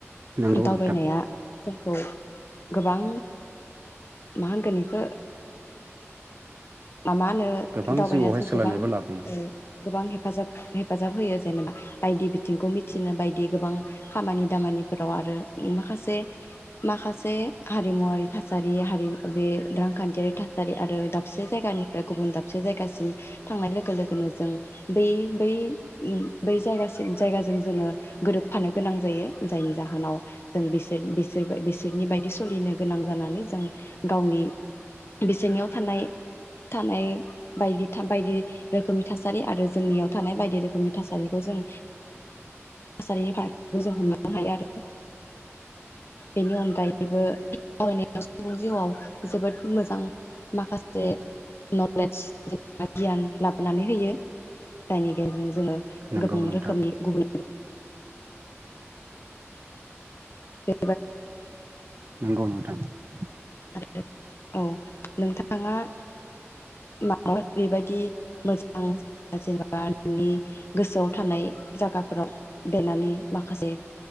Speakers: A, on the right; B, on the left.
A: नंगौ
B: दावबायनाया
A: नोंथां
B: जोंखौ गोबां मा होनगोन बेखो मा मा होनो
A: गोबां
B: दावबायाथ'
A: जिउआवहाय सोलायनायबो
B: गोबां
A: लाबोयो
B: ओ गोबां हेफाजाब हेफाजाब होयो जेनेबा बायदि बिथिंखौ मिथिनो बायदि गोबां खामानि दामानिफोराव आरो माखासे माखासे हारिमुवारि थासारि हारि बे रांखान्थियारि थासारि आरो दाबसे जायगानि फ्राय गुबुन दाबसे जायगासिम थांनाय लोगो लोगोनो जों बै बै बै जायगासिम जायगाजों जोङो गोरोबफानो गोनां जायो जायनि जाहोनाव जों बिसोर-बिसोर-बिसोरनि बायदि सलिनो गोनां जानानै जों गावनि बिसोरनियाव थानाय थानाय बायदि बायदि रोखोमनि थासारि आरो जोंनियाव थानाय बायदि रोखोमनि थासारिखौ जों थासारिनि फारागथिखौ जों हमनो हायो आरो बेनि अनगायैबो <unintelligible> सुबुं जिउआव जोबोद मोजां माखासे नले गियान लाबोनानै होयो जायनि गेजेरजों जोङो
A: नंगौ
B: गोबां
A: नोंथां
B: रोखोमनि गुबुन <unintelligible>
A: नंगौ नोंथां। <inaudible>
B: आरो औ नोंथांङा <unintelligible> बेबायदि मोजां <unintelligible> गोसोआव थानाय जागाफोराव देरनानै माखासे